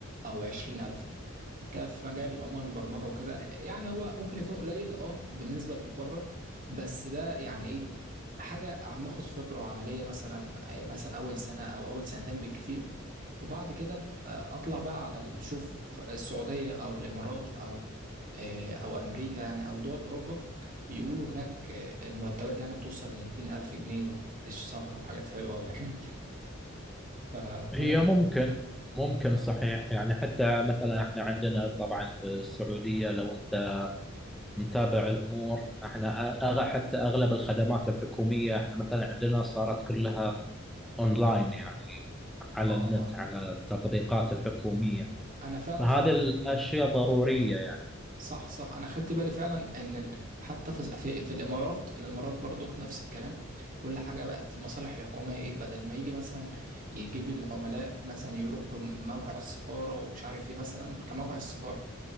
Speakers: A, on the right; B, in the centre.
A: أو عشرين ألف ك- في مجال عموما البرمجة وكده يعني هو ممكن يكون قليل اه بالنسبة لبره بس ده يعني إيه حاجة عم اخد خبرة عملية مثلا آه، مثلا أول سنة أو أول سنتين بالكتير وبعد كده آه، أطلع بقى على ال- شوف السعودية أو الإمارات أو آه، او امريكا يعني او دول اوروبا بيقولوا هناك آه، المرتبات يعني بتوصل ل 200 الف جنيه في الشهر وحاجات حلوه قوي يعني <laughs> ف-
B: هي
A: فاهم
B: ممكن ممكن صحيح يعني حتى مثلا احنا عندنا طبعا في السعودية لو انت متابع الامور احنا أغ حتى اغلب الخدمات الحكومية احنا مثلا عندنا صارت كلها اونلاين يعني على
A: اه
B: النت
A: اه
B: على التطبيقات الحكومية
A: انا فعلا
B: فهذه
A: خدت
B: الاشياء
A: بالي
B: ضرورية
A: صح صح انا خدت بالي فعلا ان ال... حتى في... في في الامارات الامارات برضو نفس الكلام كل حاجه بقت المصالح الحكوميه ايه بدل ما يجي مثلا يجيب العملاء مثلا يروحوا موقع السفاره ومش عارف ايه مثلا كموقع السفاره